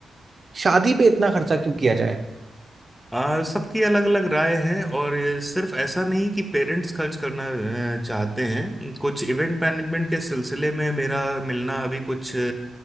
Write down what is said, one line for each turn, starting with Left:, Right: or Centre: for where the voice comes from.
Right: शादी पे इतना खर्चा क्यों किया जाए
Centre: आ, सबकी अलग अलग राय है और ये सिर्फ ऐसा नहीं कि पेरेंट्स खर्च करना अ, चाहते हैं कुछ इवेंट मैनेजमेंट के सिलसिले में मेरा मिलना अभी कुछ